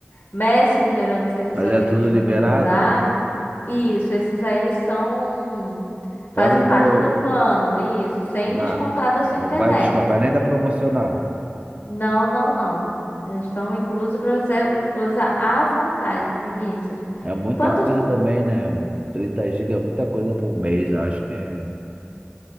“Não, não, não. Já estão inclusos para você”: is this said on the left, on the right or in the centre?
Left